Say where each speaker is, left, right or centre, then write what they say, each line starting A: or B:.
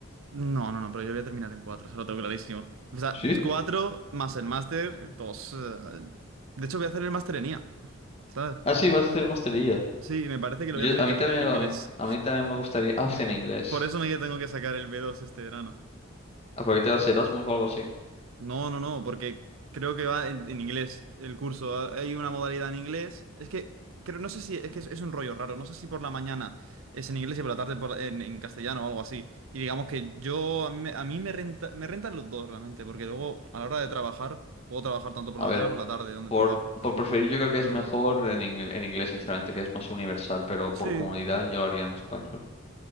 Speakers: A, on the right; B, on the left.
A: No, no, no, pero yo voy a terminar en cuatro, eso lo tengo clarísimo. O sea,
B: ¿Sí?
A: cuatro más el máster, dos. eh, De hecho, voy a hacer el máster en IA, ¿sabes?
B: Ah, sí, vas a hacer maestría.
A: Sí, me parece que
B: Yo,
A: lo voy a tener
B: a mí
A: que hacer
B: también,
A: en inglés.
B: a mí, a mí también me gustaría. Ah, hostia, en inglés.
A: Por eso me que tengo que sacar el b dos este verano.
B: ¿A por qué te vas a Erasmus o algo así?
A: No, no, no, porque creo que va en, en inglés el curso. Ah, Hay una modalidad en inglés. Es que creo, no sé si es que es, es un rollo raro. No sé si por la mañana es en inglés y por la tarde por- en, en castellano o algo así. Y digamos que yo a mí, me- a mí me renta, me rentan los dos realmente, porque luego a la hora de trabajar puedo trabajar tanto por
B: A
A: la
B: ver.
A: mañana como por la tarde donde
B: Por,
A: trabajo.
B: por preferir, yo creo que
A: Pero
B: es mejor en, ing- en inglés, sinceramente, que es más universal, pero
A: sí,
B: por comodidad yo lo haría en español.